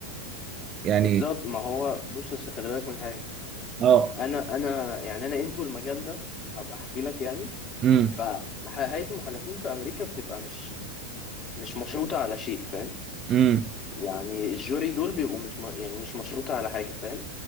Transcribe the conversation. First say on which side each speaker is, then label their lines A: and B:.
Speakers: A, on the right; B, on the left.
A: يعني
B: بالظبط ما هو بص أصل خلي بالك من حاجه
A: اه
B: انا انا يعني انا انتو المجال ده هبقى احكي لك يعني
A: امم
B: فهيئة المحلفين في امريكا بتبقى مش مش مشروطة على شيء فاهم
A: امم
B: يعني الجوري دول بيبقوا مش م... يعني مش مشروطة على حاجة فاهم